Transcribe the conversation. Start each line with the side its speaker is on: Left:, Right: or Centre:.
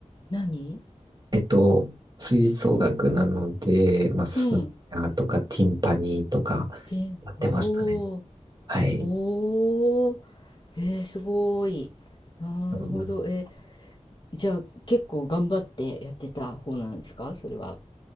Left: 何？
Right: えっと、吹奏楽なので、まあ、スネアとかティンパニーとか
Left: うん。で、
Right: やってましたね。
Left: おお、
Right: はい。
Left: おお、えー、すごい。なるほど。
Right: そうなんです
Left: えー、じゃあ結構頑張ってやってた方なんですか？それは。